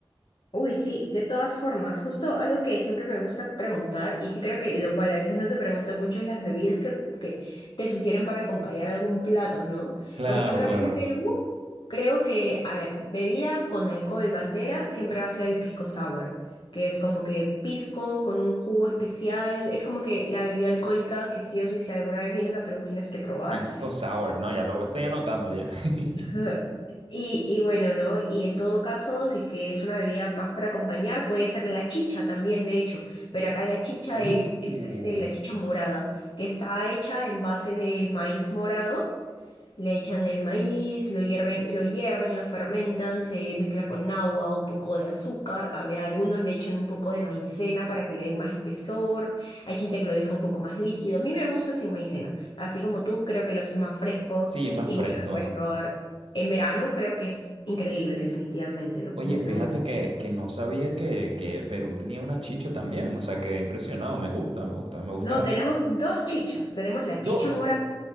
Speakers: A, on the left (about 60°); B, on the right (about 90°).
A: Uy, sí, de todas formas, justo algo que siempre me gusta preguntar y que creo que lo cual a veces no se pregunta mucho es las bebidas que, que te sugieren para acompañar algún plato, ¿no?
B: Claro,
A: Por ejemplo,
B: claro.
A: acá en Perú, creo que, a ver, bebida con alcohol, bandera, siempre va a ser el pisco sour, que es como que pisco con un jugo especial, es como que la bebida alcohólica que sí o sí, si alguna vez vienes a Perú tienes que probar.
B: Pisco sour, no, ya lo estoy anotando ya. <laughs>
A: <laughs> Ajá. Y, y bueno, ¿no? Y en todo caso, si es que es una bebida más para acompañar, puede ser la chicha también, de hecho. Pero acá la chicha
B: Uh,
A: es, es este, la chicha morada, que está hecha en base del maíz morado. Le echan el maíz, lo hierven, lo hierven, lo fermentan, se mezcla con agua, un poco de azúcar, también a algunos le echan un poco de maicena para que le den más espesor. Hay gente que lo deja un poco más líquido. A mí me gusta sin maicena, así como tú, creo que lo hace más fresco
B: Sí, más
A: y
B: fresco.
A: bueno, lo puedes probar en verano, creo que es increíble, definitivamente, ¿no?
B: Oye,
A: Como que
B: fíjate
A: un...
B: que, que no sabía que, que Perú tenía una chicha también. O sea, quedé impresionado. Me gusta, me gusta, me gusta.
A: No,
B: s-
A: tenemos dos chichas, tenemos la
B: Dos.
A: chicha morada